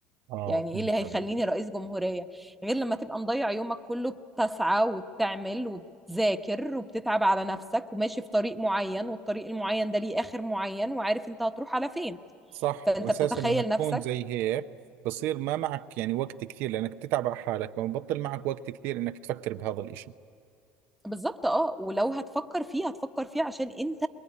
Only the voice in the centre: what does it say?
يعني
ايه اللي هيخليني
رئيس جمهورية غير لما تبقى مضيع يومك كله بتسعى وبتعمل وبتذاكر وبتتعب على نفسك وماشي في طريق معين والطريق المعين ده ليه آخر معين وعارف انت هتروح على فين
فانت
بتتخيل
نفسك
بالظبط اه ولو هتفكر فيه هتفكر فيه عشان انت